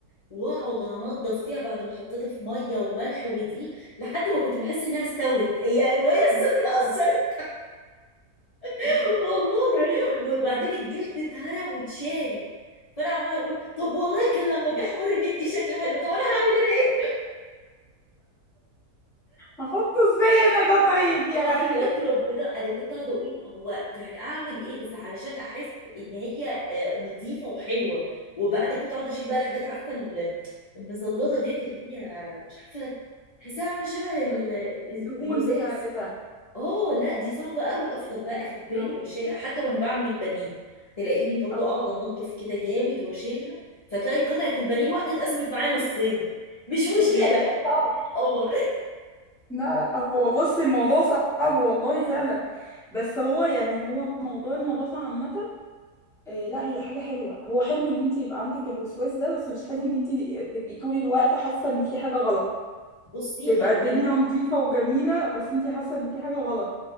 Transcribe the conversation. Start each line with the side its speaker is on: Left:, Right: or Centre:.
Left: واقعد انضف فيها بعد ما حطيتها في ميه وملح ودقيق لحد ما كنت بحس انها استوت هي الميه السخنه اثرت <laughs> والله
Centre: ايوه
Left: وبعدين الجلد اتهرى واتشال فانا عماله اقول طب والله كان لما بيحمر بيدي شكل حلو طب انا هعمل انا ايه
Centre: هحطه ازاي انا ده طيب يعني
Left: وحياة ربنا انا كنت قاعده اقول هو يعني اعمل ايه بس علشان احس ان هي آه، نظيفه وحلوه وبعدين كنت قاعده اشيل بقى الحاجات عارفه ال- المزلظه ديت اللي هي مش عارفه تحسها عامله شبه ال-
Centre: <laughs> الدهون
Left: اللزاز
Centre: بتاعتها
Left: اه لا دي صعبه قوي افضل بقى اخد بالي
Centre: اه
Left: واشيلها حتى وانا بعمل البانيه تلاقيني برضو
Centre: اه
Left: قاعده انضف كده جامد واشيلها فتلاقي قطعه البانيه الواحده اتقسمت معايا نصين مش مشكله
Centre: الموضوع صعب
Left: قمر <laughs>
Centre: لا لا هو بص الموضوع صعب والله فعلا بس هو يعني هو موضوع النظافة عامة آه، لا هي حاجة حلوة هو حلو ان انت يبقى عندك الوسواس ده بس مش حلو ان انت تبقي طول الوقت حاسة ان في حاجة غلط
Left: بصي
Centre: تبقى
Left: هو
Centre: الدنيا
Left: انا
Centre: نظيفة وجميلة بس انت حاسة ان في حاجة غلط